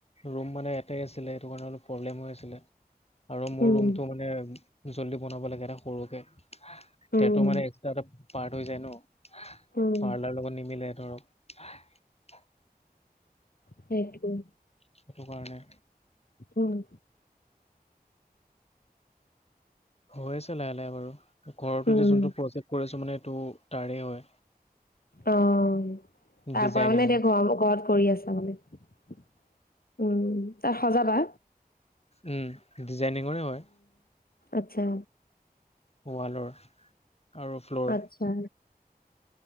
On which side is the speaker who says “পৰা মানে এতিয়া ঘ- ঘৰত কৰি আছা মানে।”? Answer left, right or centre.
Left